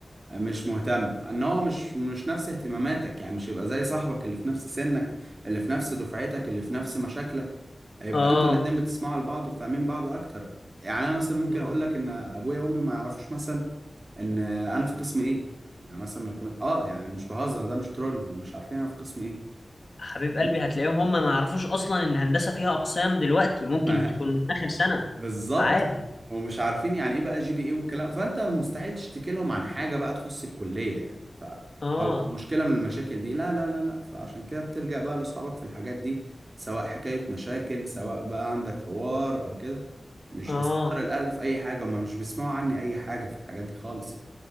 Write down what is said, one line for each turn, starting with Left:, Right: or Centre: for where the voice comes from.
Right: مش مهتم إن هو مش مش نفس اهتماماتك يعني مش يبقى زي صاحبك اللي في نفس سنك اللي في نفس دفعتك اللي في نفس مشاكلك يبقى
Left: اه
Right: أنتوا الاتنين بتسمعوا لبعض وفاهمين بعض أكتر يعني أنا مثلا ممكن
Left: آه.
Right: أقول لك إن أبويا وأمي ما يعرفوش مثلا إن أنا في قسم إيه يعني مثلا ما يكون آه يعني مش بهزر ده مش ترول هم مش عارفين أنا في قسم إيه
Left: حبيب
Right: يعني
Left: قلبي هتلاقيهم هم ما يعرفوش اصلا ان هندسه فيها اقسام دلوقتي ممكن
Right: <laughs>
Left: تكون من اخر سنه
Right: بالظبط
Left: فعادي
Right: ومش عارفين يعني ايه بقى جي بي ايه والكلام فانت مستحيل تشتكي لهم عن حاجه بقى تخص الكليه يعني ف
Left: اه
Right: او مشكله من المشاكل دي لا لا لا لا فعشان كده بترجع بقى لاصحابك في الحاجات دي سواء حكايه مشاكل سواء بقى عندك حوار او كده مش
Left: اه
Right: بصدر الاهل في اي حاجه ما مش بيسمعوا عني اي حاجه في الحاجات دي خالص يعني